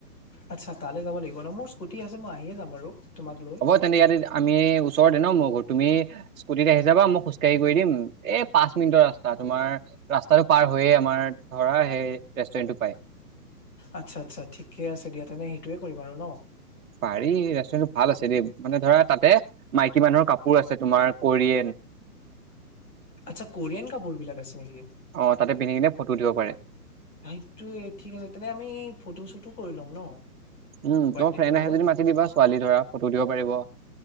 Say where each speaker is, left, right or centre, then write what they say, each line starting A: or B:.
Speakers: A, on the left; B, on the right.
A: আচ্ছা তালৈ যাব লাগিব ন, মোৰ স্কুটি আছে মই আহিয়ে যাম আৰু তোমাক লৈ।
B: হব তেন্তে ইয়াতে আমি ওচৰতে ন মোৰ ঘৰ, তুমি স্কুটিত আহি যাবা মই খোজকাঢ়ি গৈ দিম, এই পাঁচ মিনিটৰ ৰাস্তা তোমাৰ। ৰাস্তাটো পাৰ হৈয়ে আমাৰ ধৰা সেই ৰেষ্টুৰেন্টটো পায়।
A: আচ্ছা, আচ্ছা ঠিকে আছে দিয়া তেন্তে সেইটোয়ে কৰিম আৰু ন।
B: পাৰি ৰেষ্টুৰেটো ভাল আছে দেই, মানে ধৰা তাতে মাইকী মানুহৰ কাপোৰ আছে তোমাৰ কোৰিয়েন।
A: আচ্ছা কৰিয়েন কাপোৰ বিলাক আছে নেকি?
B: অ' তাতে পিন্ধি কিনে ফটো উঠিব পাৰে।
A: সেইটোয়ে ঠিক আছে, তেনে আমি ফটো শ্বুটো কৰি ল'ম ন?
B: উম,
A: বাৰ্থডেটোৰ
B: তোমাৰ ফ্ৰেণ্ড
A: লগত
B: আহে যদি মাতি দিবা ছোৱালী- ল'ৰা ফটো উঠিব পাৰিব।
A: <unintelligible>